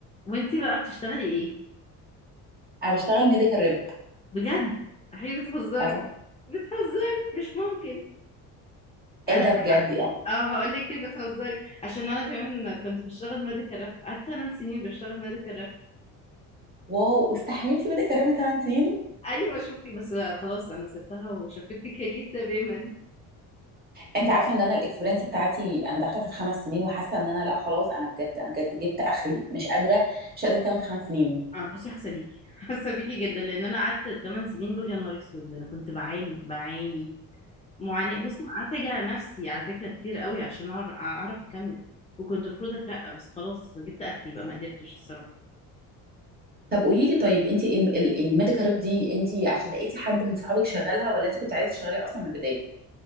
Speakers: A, on the left; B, on the right.
A: وانتي بقى بتشتغلي ايه
B: انا بشتغل ميديكال ريب
A: بجد احي بتهزري
B: اه
A: بتهزري مش ممكن انا
B: ايه ده
A: كمان
B: بجد يعني
A: اه هقول لك ليه بتهزري عشان انا كمان كنت بشتغل ميديكال راب قعدت 8 سنين بشتغل ميديكال راب
B: واو واستحملتي ميديكال ريب 8 سنين
A: ايوه شفتي بس خلاص انا سبتها وشفت كارير تماما
B: انت عارفه ان انا الاكسبيرينس بتاعتي انا داخله في الخمس سنين وحاسه ان انا لا خلاص انا بجد انا بجد جبت اخري مش قادره مش قادره اكمل خمس سنين
A: اه بصي حسابيكي حسابيكي <laughs> جدا لان انا قعدت 8 سنين دول يا نهار اسود انا كنت بعاني بعاني معاناه بصي أنا قعدت اجي على نفسي على فكره كتير قوي عشان اعرف أعرف اكمل وكنت المفروض اترقى بس خلاص جبت اخري بقى ما قدرتش الصراحه
B: طب قولي لي طيب انت الميديكال ريب دي انت عشان لقيتي حد من صحابك شغالها ولا انت كنت عايزه تشتغليها اصلا من البدايه